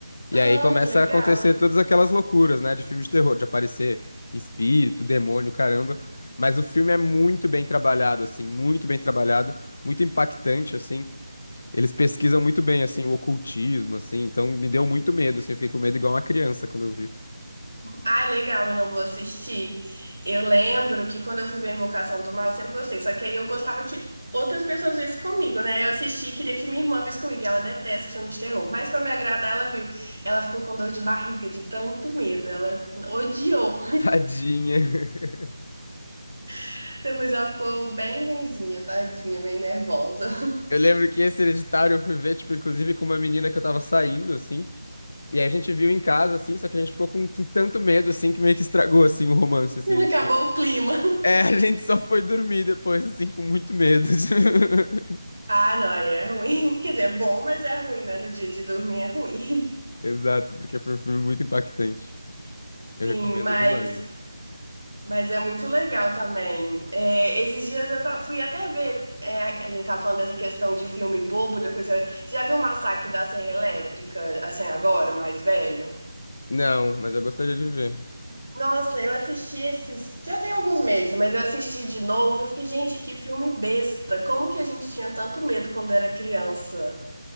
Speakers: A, on the left; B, on the right.
A: E
B: Ai,
A: aí começa
B: legal.
A: a acontecer todas aquelas loucuras, né, de filme de terror, de aparecer espírito, demônio, caramba. Mas o filme é muito bem trabalhado, assim, muito bem trabalhado, muito impactante, assim. Eles pesquisam muito bem, assim, o ocultismo, assim. Então me deu muito medo, assim, eu fiquei com medo igual uma criança quando eu vi.
B: Ai, legal, não vou assistir. Eu lembro que quando eu fui ver Invocação do Mal, eu sempre gostei. Só que aí eu gostava que outras pessoas vissem comigo, né? Eu assisti e queria que minha irmã visse comigo. E ela detesta filme de terror. Mas pra me agradar, ela viu. Ela ficou com dor de barriga, de tanto medo. Ela odiou.
A: Tadinha. <laughs>
B: <laughs> Depois ela ficou bem ruinzinha, tadinha, meio nervosa.
A: Eu lembro que esse Hereditário eu fui ver, tipo, inclusive com uma menina que eu tava saindo, assim. E aí a gente viu em casa, assim, só que a gente ficou com, com tanto medo, assim, que meio que estragou, assim, o romance,
B: <laughs>
A: assim. a gente
B: Acabou
A: só- <laughs>
B: o clima. <laughs>
A: É, a gente só foi dormir depois, assim, com muito medo. <laughs>
B: Ah, não, aí é ruim. Quer dizer, é bom, mas é ruim, né? No dia de dormir é ruim.
A: Exato, porque foi um filme muito impactante.
B: <laughs>
A: Eu
B: Sim,
A: recomendo
B: mas.
A: demais.
B: Mas é muito legal também. É, esses dias eu ta- fui até ver. é, a gente tava falando dessa questão de filme bobo, depois eu... Você já viu o Massacre da Serra Elétrica, assim, agora, mais velho?
A: Não, mas eu gostaria de ver.
B: Nossa, eu assisti esses. Já tem alguns meses, mas eu assisti de novo. Eu fiquei, gente, que filme besta. Como que a gente tinha tanto medo quando era criança?